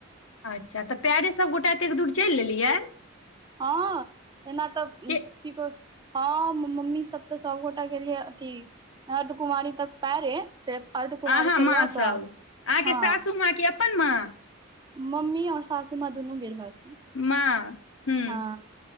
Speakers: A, on the left; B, on the right.
A: अच्छा तऽ पैरे सभ गोटा एतेक दूर चैल लेलियै
B: हँ एना तऽ
A: कि
B: की कह हम मम्मी सब तऽ सबगोटा गेलियै अथी अर्धकुमारी तक पैरे फेर अर्धकुमारी
A: अहाँ
B: से
A: माँ
B: लऽ
A: सब
B: कऽ
A: अहाँके
B: हँ
A: सासू माँके अपन माँ
B: मम्मी आओर सासूमाँ दुनू गेल रहथिन
A: माँ हूँ
B: हँ